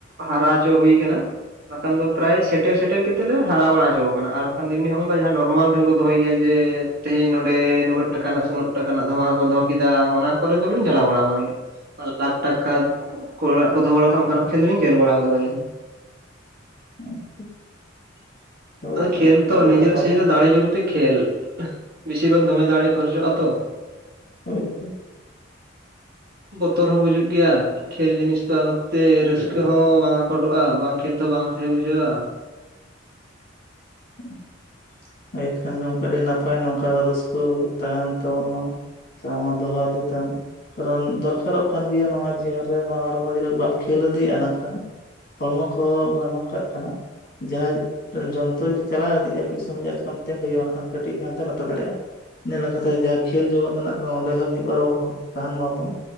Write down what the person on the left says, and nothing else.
ᱟᱪᱪᱷᱟ
<unintelligible>
ᱜᱚᱢᱠᱮ
ᱟᱹᱰᱤ
ᱱᱟᱯᱟᱭ
ᱦᱳᱭ ᱦᱳᱭ᱾
<unintelligible> ᱮᱠᱷᱟᱱ ᱜᱚᱢᱠᱮ ᱱᱟᱯᱟᱭ ᱱᱚᱝᱠᱟ ᱜᱮ ᱨᱟᱹᱥᱠᱟᱹ ᱛᱟᱦᱮᱱ ᱛᱟᱵᱚᱱ ᱢᱟ᱾ ᱥᱮ ᱟᱢ ᱦᱚᱸ ᱫᱚᱦᱚ ᱤᱫᱤ ᱛᱟᱢ᱾ ᱠᱟᱨᱚᱱ ᱫᱚᱨᱠᱟᱨᱚᱜ ᱠᱟᱱ ᱜᱮᱭᱟ ᱱᱚᱣᱟ ᱡᱤᱭᱚᱱ ᱨᱮ ᱱᱚᱣᱟ ᱦᱚᱲᱢᱚ ᱡᱤᱣᱤ ᱨᱮ ᱵᱟᱢ ᱠᱷᱮᱞ ᱤᱫᱤᱭᱟᱜ-ᱟ <unintelligible> ᱦᱚᱲᱢᱚ ᱠᱚᱦᱚᱸ ᱢᱟᱱᱮ ᱱᱚᱝᱠᱟᱜ ᱠᱟᱱᱟ ᱡᱟᱦᱟᱸ ᱡᱚᱱᱛᱨᱚ ᱪᱟᱞᱟᱣ ᱤᱫᱤᱜ-ᱟ ᱢᱤᱫ ᱥᱚᱢᱚᱭ ᱡᱚᱫᱤ ᱟᱪᱠᱟᱢ ᱛᱤᱸᱜᱩᱭᱟ ᱚᱱᱟᱠᱷᱟᱱ ᱠᱟᱹᱴᱤᱡ ᱦᱟᱱᱛᱮ ᱱᱟᱛᱮ ᱫᱟᱲᱮᱭᱟᱜ-ᱟ᱾ <unintelligible> ᱞᱮᱠᱟᱛᱮ ᱡᱟᱦᱟᱸ ᱠᱷᱮᱞ ᱡᱚᱜᱚᱛ ᱢᱮᱱᱟᱜ ᱠᱚ ᱚᱸᱰᱮ ᱦᱚᱸ ᱢᱤᱫ ᱵᱟᱨ ᱛᱟᱦᱮᱱ ᱢᱟᱵᱚᱱ